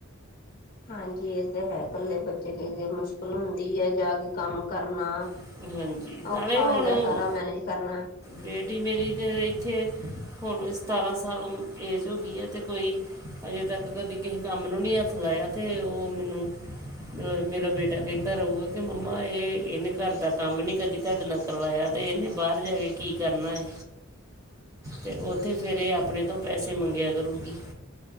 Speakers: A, on the left (about 40°); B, on the right (about 15°).
A: ਹਾਂਜੀ ਏ ਤੇ ਹੈ ਕੱਲੇ ਬੱਚੇ ਲਈ ਏਨੀ ਮੁਸ਼ਕਿਲ ਹੁੰਦੀ ਐ ਜਾਂ ਕੋਈ ਕੰਮ ਕਰਨਾ
B: ਵਾ। ਹਾਂਜੀ ਨਾਲੇ
A: ਔਖਾ
B: ਹੁਣ
A: ਹੋ ਜਾਂਦਾ ਸਾਰਾ ਮੈਨੇਜ ਕਰਨਾ।
B: ਬੇਟੀ ਮੇਰੀ ਦੇ ਏਥੇ ਹੁਨ ਸਤਾਰਾਂ ਸਾਲ ਉ ਏਜ ਹੋ ਗਈ ਏ ਤੇ ਕੋਈ ਹਜੇ ਤੱਕ ਕਦੀ ਕਿਸੇ ਕੰਮ ਨੂੰ ਨੀ ਹੱਥ ਲਾਇਆ ਤੇ ਓ ਮੈਨੂੰ ਅ ਮੇਰਾ ਬੇਟਾ ਕੈਂਦਾ ਰਊਗਾ ਕੇ ਮੰਮਾ ਏ ਏਨੇ ਘਰ ਦਾ ਕੰਮ ਨੀ ਕਦੀ ਤੁਆਡੇ ਨਾਲ ਕਰਵਾਏਆ ਤੇ ਏਨੇ ਬਾਰ ਜਾ ਕੇ ਕੀ ਕਰਨਾ ਏ। ਤੇ ਓਤੇ ਫਿਰ ਏ ਆਪਨੇ ਤੋਂ ਪੈਸੇ ਮੰਗੇਆ ਕਰੂਗੀ।